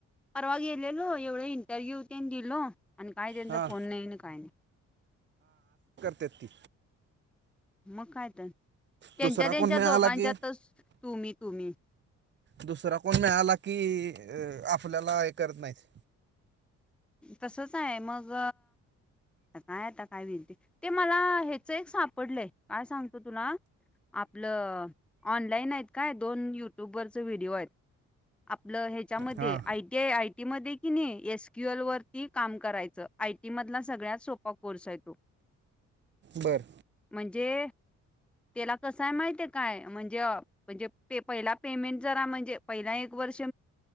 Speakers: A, in the centre; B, on the right.
A: परवा गेलेलो एवढ इंटरव्ह्यू ते दिलो आणि काही त्यांचा
B: हा
A: फोन नाही ना काय नाही
B: तेती
A: मग काय तर त्यांच्या
B: दुसरा
A: त्यांच्या
B: कोण मिळाला
A: दोघांच्यातच
B: की
A: तुम्ही तुम्ही
B: दुसरा कोण मिळाला की आपल्याला हे करत नाहीत
A: तसच आहे मग काय आता काय विनंती ते मला ह्याच एक सापडलंय काय सांगतो तुला आपलं ऑनलाईन आहेत काय दोन युट्यूब वरच व्हिडिओ आहेत आपलं ह्याच्यामध्ये
B: हा
A: आयटी आय आयटी मध्ये कि नाही एस क्यूएलवररती काम करायचं आयटीमधला सगळ्यात सोपा कोर्स आहे तो
B: बर
A: म्हणजे त्याला कसंय माहितीे काय म्हणजे म्हणजे पहिला पेमेंट जरा म्हणजे पहिला एक वर्ष